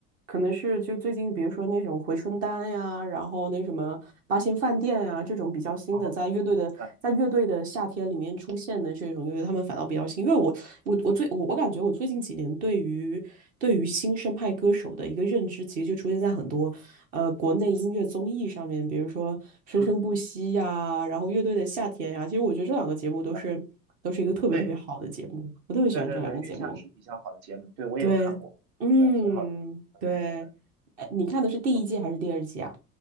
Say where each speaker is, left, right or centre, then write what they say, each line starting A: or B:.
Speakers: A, on the right (about 20°); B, on the right (about 35°).
A: 可能是就最近，比如说那种回春丹呀，然后那什么八仙饭店啊这种比较新的，
B: 哦，
A: 在乐队的在乐队的夏天里面出现的这种乐队，
B: 明白，
A: 他们反倒比较新。因为我我我最我我感觉我最近几年对于对于新生派歌手的一个认知，其实就出现在很多呃国内音乐综艺上面，比如说《生生不息》呀，
B: 嗯，
A: 然后《乐队的夏天》呀。其实我觉得这两个节目都是都是一个特别特别好的节目，
B: 明白，对，
A: 我特别喜欢这两个节目。
B: 对对对，月下是比较好的节目，对我也有看过，
A: 对，嗯，
B: 是的，挺好的，啊，
A: 对，
B: 挺好的
A: 呃，你看的是第一季还是第二季啊？
B: ，OK，